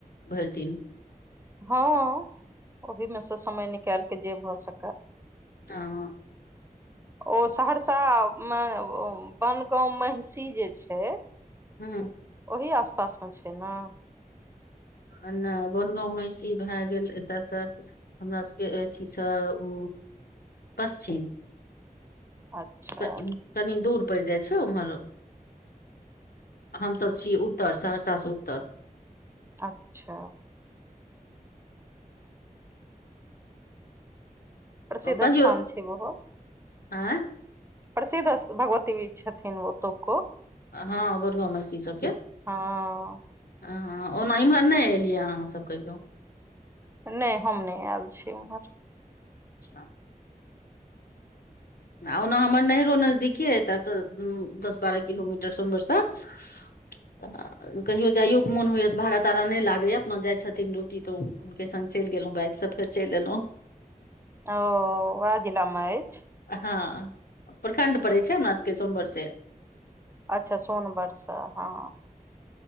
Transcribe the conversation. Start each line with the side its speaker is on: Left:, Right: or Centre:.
Left: भैर दिन
Right: हँ <inaudible> ओहिमे सँ समय निकालइ कऽ जे भऽ सकए
Left: <unintelligible>
Right: ओ सहरसा मऽ वनगाँव महिषी जे छै
Left: हू
Right: ओहि आसपास मऽ छै न
Left: आ नहि बनगाँव महिषी भै गेल एतयसँ हमरा सब केँ अथीसँ उ पश्चिम <inaudible>
Right: अच्छा
Left: कनि दूर पड़ि जाइ छै उम्हर हमसभ छी उत्तर सहरसा सँ उत्तर
Right: अच्छ प्रसिद्ध
Left: कहियौ
Right: स्थान छै ओहो <inaudible>
Left: आँय
Right: प्रसिद्ध भगवती छथिन ओतुको
Left: हँ वनगाँव महिषी सभकें
Right: हँ
Left: ह ओना इम्हर नहि एलिए अहाँसभ कहियौ
Right: नै हम नहि ऐल छी उम्हर
Left: अच्छ आ ओना हमर नैहरो नजदीकी एतय सऽ दस बारह किलोमीटर सोनवर्षा <inaudible> कहियो जाइयो के मोन होइएा तऽ भाड़ा ताड़ा नहि लागैए अपना जाइ छथिन ड्यूटी तऽ हुनकेँ संग चैल गेलहुँ बाइकसँ फेर चैल एलहुँ
Right: ओ वैह जिला मऽ अछि
Left: हँ प्रखण्ड पड़ैत छै हमर सभ केँ सोनवर्षे
Right: अच्छ सोनबरसा हँ